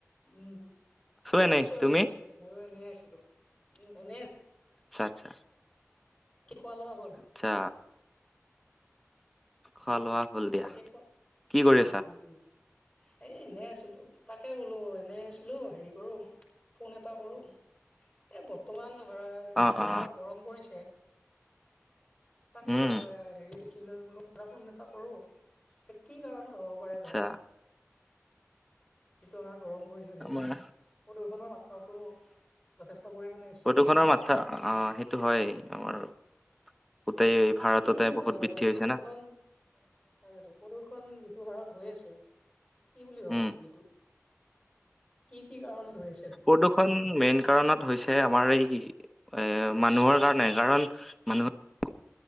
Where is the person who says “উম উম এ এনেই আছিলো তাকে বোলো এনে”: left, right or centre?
Left